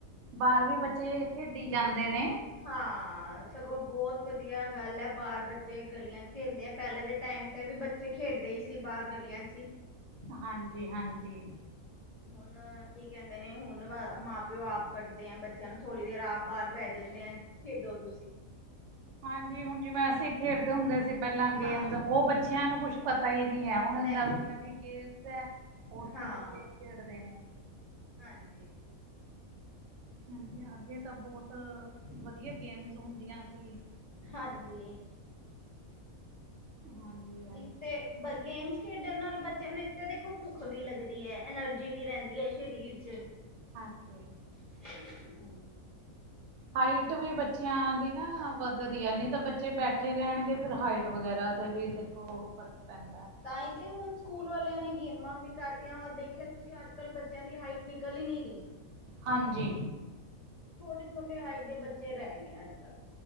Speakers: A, on the right; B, on the left.
A: ਬਾਰ ਵੀ ਬੱਚੇ ਖੇਡੀ ਜਾਂਦੇ ਨੇ।
B: ਹਾਂ ਸਗੋਂ ਬੋਤ ਵੱਧੀਆ ਗੱਲ ਆ ਬਾਰ ਬੱਚੇ ਗਲੀਆਂ 'ਚ ਖੇਲਦੇ ਆ ਪੇਲੇ ਦੇ ਟਾਈਮ ਤੇ ਵੀ ਬੱ 'ਚੇ ਖੇਡਦੇ ਹੀ ਸੀ ਬਾਰ ਗਲੀਆਂ ਈ, ਚੀ
A: ਹਾਂਜੀ-ਹਾਂਜੀ।
B: ਹੁਣ ਕੀ ਕੇਂਦੇ ਨੇ ਹੁਣ ਮਾਂ ਪਿਓ ਆਪ ਕੱਢਦੇ ਆ ਬੱਚੇਆਂ ਨੂੰ ਥੋੜ੍ਹੀ ਦੇਰ ਆਪ ਬਾਹਰ ਬੈ ਜਾਂਦੇ ਆ ਖੇਡੋ ਤੁਸੀਂ।
A: ਹਾਂਜੀ, ਹੁਣ ਜਿਵੇਂ ਅਸੀਂ ਖੇਡਦੇ ਹੁੰਦੇ ਸੀ ਪੈਲਾ ਗੇਮਸ
B: ਹਾਂ
A: ਉਹ ਬੱਚਿਆਂ ਨੂੰ ਕੁਛ ਪਤਾ ਈ ਨੀ ਆ ਹੁਣ
B: ਨਹੀਂ
A: ਨਵੀਂ-ਨਵੀਂ
B: ਜੀ ਨਹੀਂ
A: ਗੇਮਸ ਆ ਉਹੀ
B: ਹਾਂ
A: ਬੱਚੇ ਖੇਡਦੇ ਨੇ।
B: ਹਾਂਜੀ।
A: ਹਾਂਜੀ, ਅੱਗੇ ਤਾਂ ਬੋਤ ਵਧੀਆ ਗੇਮਸ ਹੁੰਦੀਆਂ ਸੀ।
B: ਹਾਂਜੀ।
A: ਹਾਂਜੀ ਹਾਂਜੀ।
B: ਇੱਕ ਤੇ ਬ ਗੇਮਸ ਖੇਡਣ ਨਾਲ ਬੱਚਿਆਂ ਨੂੰ ਇੱਕ ਤੇ ਦੇਖੋ ਭੁੱਖ ਵੀ ਲੱਗਦੀ ਐ ਐਨਰਜੀ ਵੀ ਰੇੰਦੀ ਐ ਸ਼ਰੀਰ ਚ।
A: ਹਾਂਜੀ।
B: <unintelligible>
A: ਹਾਈਟ ਵੀ ਬੱਚਿਆਂ ਦੀ ਨਾ
B: ਹਾਂ
A: ਵੱਧਦੀ ਆ ਨੀ ਤੇ ਬੱਚੇ ਬੈਠੇ ਰਹਿਣਗੇ ਫਿਰ ਹਾਈਟ ਵਗੈਰਾ ਤੇ ਵੀ ਦੇਖੋ ਫ਼ਰਕ ਪੈਂਦਾ।
B: ਤਾ ਈ ਤੇ ਹੁਣ ਸਕੂਲ ਵਾਲਿਆਂ ਨੇ ਗੇਮਾਂ ਵੀ ਕਰਤੀਆਂ ਦੇਖਿਆ ਤੁਸੀਂ ਅੱਜ-ਕੱਲ ਬੱਚਿਆਂ ਦੀ ਹਾਈਟ ਨਿਕਲ ਹੀ ਨੀ ਰੀ।
A: ਹਾਂਜੀ।
B: ਛੋਟੇ-ਛੋਟੇ ਹਾਈਟ ਦੇ ਬੱਚੇ ਰੈ ਗੇ ਅੱਜ-ਕੱਲ।